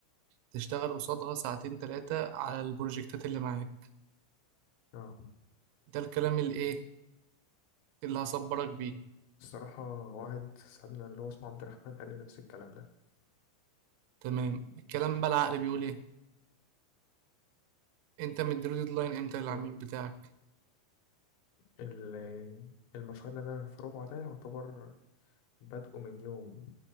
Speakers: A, on the right; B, on the left.
A: تشتغل قصادها ساعتين ثلاثه على البروجكتات اللي معاك
B: اه
A: ده الكلام الايه اللي هصبرك بيه
B: الصراحه واحد صاحبنا اللي هو اسمه عبد الرحمن قال لي نفس الكلام ده
A: تمام الكلام بقى العقل بيقول ايه انت مديله ديدلاين امتى للعميل
B: ليه؟
A: بتاعك
B: ال- المشروع اللي انا في ربعه ده يعتبر بادئه من يوم